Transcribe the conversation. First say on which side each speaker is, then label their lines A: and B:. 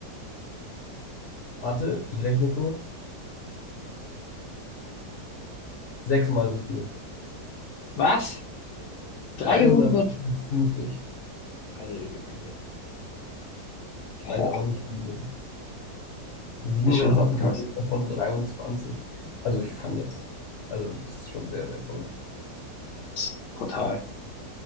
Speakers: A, on the left; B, on the left.
A: warte, ich rechne kurz. Sechsmal so viel.
B: Was?
A: 358.
B: 300? Alter,
A: Ich weiß
B: Oh,
A: aber nicht, wie viel. Siemens
B: das ist schon auch
A: hat einen
B: krass.
A: KGV von 23. Also ich fand jetzt, also das ist schon sehr, sehr verrückt.
B: Das ist brutal.